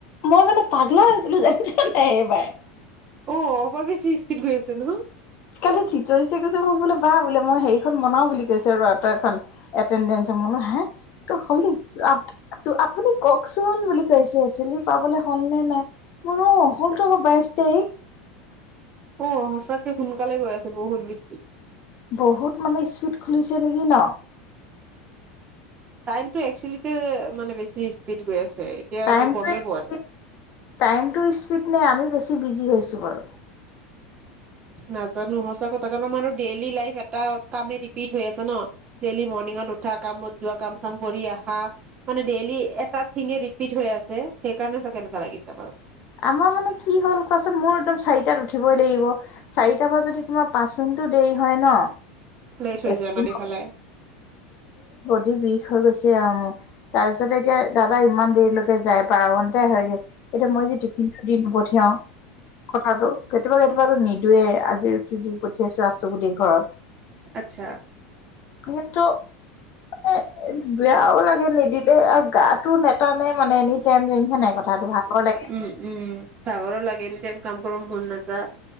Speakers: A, on the left; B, on the right.
A: মই মানে পাগলা হৈ গলোঁ জানিছা নাই এইবাৰ।
B: অ' অপাৰ বেছি স্পীড গৈ আছে নহ?
A: কালি <unintelligible> কৈছে মোক বোলে বা বোলে মই হেৰিখন বনাওঁ বুলি কৈছ <unintelligible> এটেন্দেন্স। মই বুলো হা <unintelligible> <unintelligible> আপুনি কওক। চোন বুলি কৈছে চেলি পাবলৈ হ'ল নে নাই মোৰ অ হল থ আক বাইচ তাৰিখ।
B: অ সঁচাক এ সোনকালে গৈ আছে বহুত। বেছি।
A: বহুত মানে স্পীড খুলিছে নেকি ন?
B: টাইম টো একচেলি টো মানে বেছি স্পীড গৈ আছে। এতিয়া
A: টাইমটো
B: এতিয়া গমেই পোৱা
A: স্পিড,
B: যায়
A: টাইমটো স্পিড নে আমি বেছি ছি বিজি হৈছো বাৰু।
B: নাজানো সচা কথা কাৰণ আমাৰো ডেইলি লাইফ এটা কামে ৰিপিট হৈ আছে ন', ডেইলি মৰ্ণিঙত উঠা, ‌কামত যোৱা, কাম চাম কৰি আহা। মানে ডেইলি এটা‌ থিংএ‌ ৰিপিট হৈ আছে সেইকাৰণে ছাগে এনকা লাগিছে আমাৰ।
A: আমাৰ মানে কি হ'ল কোৱাচোন মোৰ একদম চাৰিটাত উঠিবই লাগিব, চাৰিটাৰ পৰা যদি তোমাৰ পাঁচ মিনিটো দেৰি হয় ন
B: লেট হৈ
A: একো
B: যাই আমাৰ ইফালে।
A: ডি বিষ হৈ গৈছে আৰু মোৰ তাৰপিছতে এতিয়া দাদা ইমান দেৰিলৈকে যায় <unintelligible> <unintelligible> হয়যে, এতিয়া মই যি‌ <unintelligible> <unintelligible> দি নপঠিয়াও। কথাটো, কেতিয়াবা কেতিয়াবাতো নিদোৱে আজি কি দি পঠিয়াইছো আছো বুলি ঘৰত।
B: আচ্ছা।
A: কিন্তু এ বেয়াও লাগে নিদিলে আৰু গাতো নেতানে মানে এনেই <unintelligible> কথাটো <unintelligible> <unintelligible> লাগে।
B: উম উম, ভাগৰো লাগে এনি টাইম কাম কৰব মন নাযা